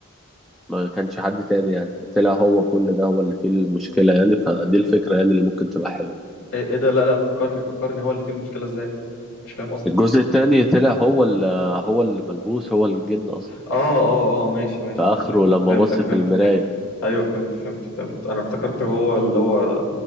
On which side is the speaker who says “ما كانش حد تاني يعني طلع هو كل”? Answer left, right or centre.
Centre